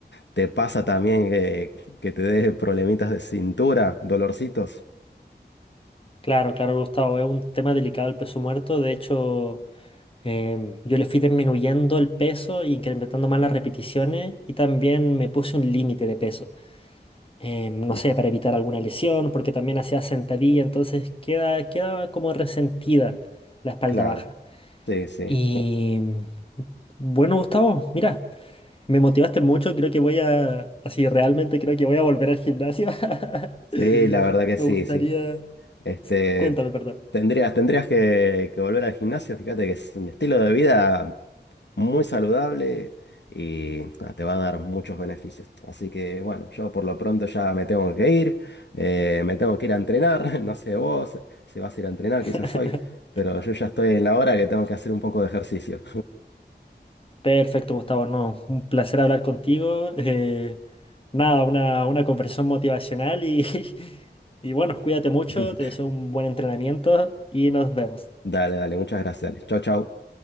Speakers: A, on the left; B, on the left.
A: te pasa también que, que te dé problemitas de cintura, dolorcitos.
B: claro, claro, Gustavo. Es un tema delicado el peso muerto. De hecho, em, yo le fui disminuyendo el peso, y incrementando más las repeticiones y también me puse un límite de peso. Em, no
A: <clears throat>
B: sé, para evitar alguna lesión, porque también hacía sentadilla, entonces queda, queda como resentida la espalda
A: Claro,
B: baja.
A: sí, sí.
B: Y
A: Oh,
B: bueno, Gustavo, mira. Me motivaste mucho, creo que voy a, así realmente creo que voy a volver al gimnasio. <laughs>
A: Sí, la verdad que sí,
B: Me gustaría...
A: sí. Este,
B: Cuéntame, perdón.
A: tendrías, tendrías que, que volver al gimnasio, fíjate que es un estilo de vida muy saludable y ah, te va a dar muchos beneficios. Así que bueno, yo por lo pronto ya me tengo que ir, eh, me tengo que ir a entrenar, <laughs> no sé vos si vas a ir a entrenar,
B: <laughs>
A: quizás hoy, pero yo ya estoy en la hora que tengo que hacer un poco de ejercicio.
B: Perfecto, Gustavo, no, un placer hablar contigo. eh, nada, una, una conversación motivacional y, <laughs> y bueno, cuídate mucho,
A: <laughs>
B: te deseo un buen entrenamiento y nos vemos. Chao.
A: Dale, dale, muchas gracias. Dale. Chau, chau.